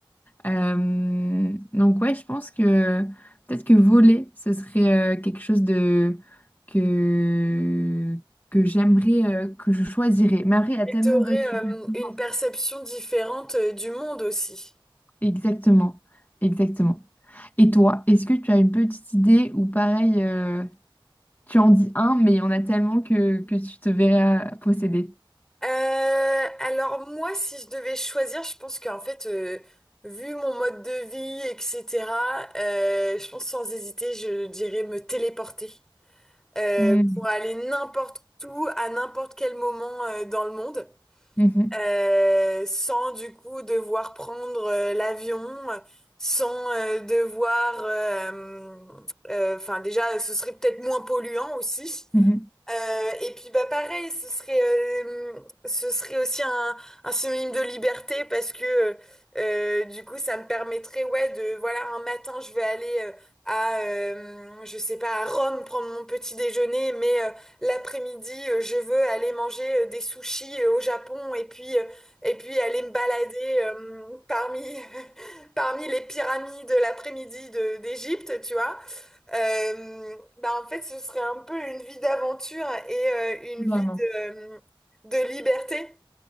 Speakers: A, on the left; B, in the centre.
A: Euh, donc ouais, je pense que peut-être que voler, ce serait euh, quelque chose de... que, que j'aimerais, euh, que je choisirais. Mais après, il y a
B: Et
A: tellement
B: tu aurais
A: d'autres super pouvoirs.
B: une perception différente euh, du monde aussi.
A: Exactement, exactement. Et toi, est-ce que tu as une petite idée ou pareil, euh, tu en dis un, mais il y en a tellement que, que tu te verras posséder.
B: Euh, alors moi, si je devais choisir, je pense qu'en fait, euh, vu mon mode de vie, etc., euh, je pense sans hésiter, je dirais me téléporter euh,
A: Mm,
B: pour aller n'importe où, à n'importe quel moment euh, dans le monde,
A: mhm,
B: euh, sans du coup devoir prendre euh, l'avion, sans euh, devoir... euh, euh, Enfin déjà, ce serait peut-être moins polluant aussi.
A: mhm.
B: Euh, et puis bah pareil, ce serait euh, ce serait aussi un, un synonyme de liberté parce que euh, du coup ça me permettrait ouais de voilà un matin je vais aller euh, à euh, je sais pas à Rome prendre mon petit déjeuner mais euh, l'après-midi euh, je veux aller manger euh, des sushis euh, au Japon et puis euh, et puis aller me balader euh, parmi <laughs> parmi les pyramides l'après-midi de- d'Égypte, tu vois. Euh, bah en fait, ce serait un peu une vie d'aventure et euh, une
A: Totalement.
B: vie de, euh, de liberté